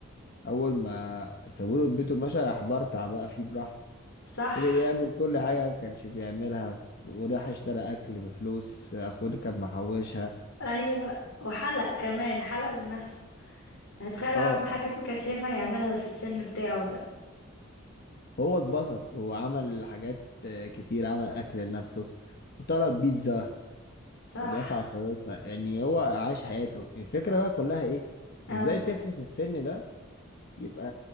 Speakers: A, on the left (about 50°); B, on the left (about 80°).
A: اول ما سابوله بيته مشى راح برطع بقى فيه براحته
B: صح
A: فضل يعمل كل حاجة ما كانش بيعملها وراح اشترى أكل بفلوس أخوه اللي كان محوشها
B: ايوه وحلق كمان حلق لنفسه يعني تخيل
A: اه
B: عمل حاجات ما كانش ينفع يعملها في السن بتاعه ده
A: هو اتبسط وعمل حاجات آه، كتير عمل أكل لنفسه وطلب بيتزا
B: صح
A: ودفع فلوسها يعني هو عاش حياته الفكرة بقى كلها إيه
B: اه
A: إزاي طفل في السن ده يبقى